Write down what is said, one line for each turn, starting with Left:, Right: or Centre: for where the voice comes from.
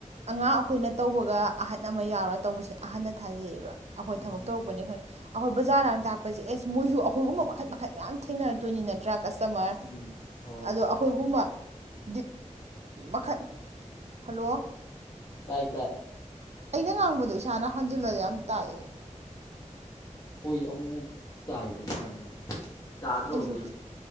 Right: ꯑꯉꯥꯡ ꯑꯩꯈꯣꯏꯅ ꯇꯧꯕꯒ ꯑꯍꯟ ꯑꯃ ꯌꯥꯎꯔꯒ ꯇꯧꯕꯁꯦ ꯑꯍꯟꯅ ꯊꯥꯖꯩꯌꯦꯕ ꯑꯩꯈꯣꯏ
Left: ꯎꯝ
Right: ꯊꯕꯛ ꯇꯧꯔꯛꯄꯅꯤ ꯈꯪꯉꯤ ꯑꯩꯈꯣꯏ ꯕꯖꯥꯔ ꯒꯅ ꯇꯥꯛꯄꯁꯦ ꯑꯦꯁ ꯃꯣꯏꯁꯨ ꯑꯩꯈꯣꯏꯒꯨꯝꯕ ꯃꯈꯟ ꯃꯈꯟ ꯃꯌꯥꯝ ꯊꯦꯡꯅꯔꯛꯇꯣꯏꯅꯤ ꯅꯠꯇ꯭ꯔ ꯀꯁꯇꯃꯔ
Left: ꯎꯝ ꯍꯣꯏ
Right: ꯑꯗꯣ ꯨꯕ ꯗꯤꯛ ꯃꯈꯜ ꯍꯜꯂꯣ
Left: ꯇꯥꯏ
Right: ꯑꯩꯅ ꯉꯥꯡꯕꯗꯣ ꯏꯁꯥꯅ ꯍꯟꯖꯤꯜꯂꯒ ꯌꯥꯝ ꯇꯥꯏꯌꯦ
Left: ꯍꯣꯏ ꯑꯃꯨꯛꯃꯨꯛ ꯇꯥꯏ ꯑꯗꯨꯃꯥꯏꯅ ꯇꯥꯗ꯭ꯔꯣ
Right: ꯑꯩꯁꯨ
Left: ꯍꯧꯖꯤꯛ